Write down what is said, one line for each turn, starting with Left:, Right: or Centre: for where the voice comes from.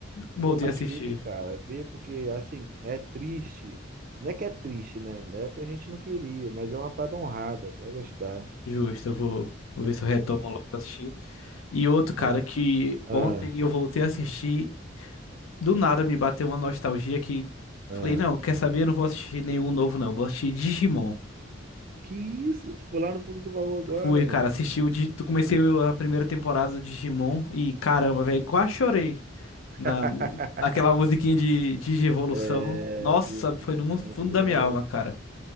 Left: voltei
Right: Pô, mas
Left: a assistir.
Right: vê, cara, vê porque assim, é triste. Não é que é triste, né? Não É o que a gente não queria, mas é uma parada honrada, tu vai gostar.
Left: Justo, eu vou, vou ver se eu retomo logo pra assistir. E outro, cara,
Right: Ah,
Left: que
Right: ah,
Left: ontem eu voltei a assistir, do nada me bateu uma nostalgia que falei,
Right: ah.
Left: não, quer saber? Eu não vou assistir nenhum novo, não. Vou assistir Digimon.
Right: Que isso? Tu foi lá no fundo do baú agora,
Left: Fui,
Right: mano.
Left: cara, assisti o. Di- Tu comecei a primeira temporada do Digimon e caramba, velho, quase chorei. Na,
Right: <laughs>
Left: aquela musiquinha de, de evolução.
Right: É,
Left: Nossa,
Right: devolução,
Left: foi no fundo
Right: pô.
Left: da minha alma, cara.